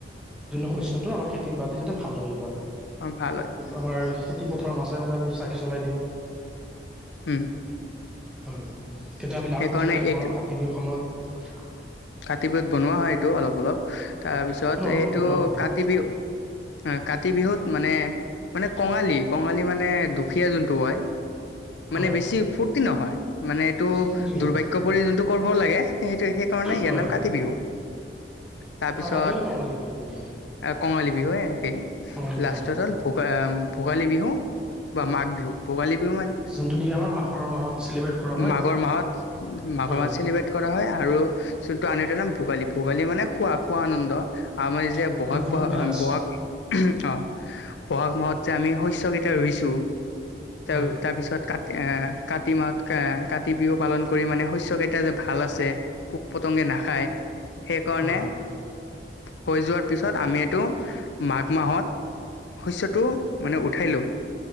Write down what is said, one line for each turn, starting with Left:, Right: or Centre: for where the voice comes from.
Centre: শস্যটো আমাৰ খেতি বা বাতিটো ভাল হয়, এইবাৰ,
Left: অ ভাল হয়
Centre: আমাৰ খেতি পথাৰৰ মাজে মাজে আমি চাকি জ্বলাই দিওঁ।
Left: উম
Centre: হয়। তেতিয়া আমি লাৰু
Left: সেইকাৰণে
Centre: পিঠাবিলাক
Left: এইটো
Centre: বনাওঁ, কাতি বিহুৰ সময়ত
Left: কাতি বিহুত বনোৱা হয় এইটো অলপ অলপ তাৰপিছত
Centre: সেইটো অলপ
Left: এইটো
Centre: অলপ বনোৱা হয়
Left: কাতি বিহু, কাতি বিহুত মানে, মানে কঙালী, কঙালী মানে দুখীয়া যোনটো হয়
Centre: হয়
Left: মানে বেছি ফুট নহয় মানে এইটো
Centre: বেছি ফূৰ্তি নহয়
Left: দুৰ্ভাগ্য পৰি যোনটো কৰ ব লাগে, সেইটো। কাৰণে ইয়াৰ
Centre: হয়
Left: নাম
Centre: হয়
Left: কাতি বিহু, তাৰপিছত
Centre: কাতি মানে কঙালী বিহু বুলি
Left: কঙালী বিহু একেই,
Centre: কঙালী
Left: লাষ্টত
Centre: বিহু
Left: হ'ল ভোগা ভোগালী বিহু বা মাঘ বিহু, ভোগালী বিহু মানে
Centre: যোনটো নেকি আমাৰ মাঘৰ মাহত চেলিব্ৰেট কৰা হয়
Left: মাঘৰ মাহত, মাঘৰ
Centre: উম
Left: মাহত চেলিব্ৰেট কৰা হয় আৰু কিন্তু আন এটা নাম ভোগালী, ভোগালী মানে খোৱা, খোৱা আনন্দ আমাৰ যে বহাগ
Centre: এইটো ভোগ
Left: বহাগ,
Centre: বিলাস
Left: বহা অ বহাগ মাহত যে আমি শস্যকেইটা ৰুইছোঁ ত
Centre: উম
Left: তাৰ পিছত ক এ কাতি মাহত, কাতি বিহু পালন কৰি মানে শস্যকেইটা যে ভাল আছে পতংগে নাখায়। সেইকাৰনে
Centre: হয়
Left: হৈ যোৱাৰ পিছত আমি এইটো, মাঘ মাহত শস্যটো মানে উঠাই লওঁ।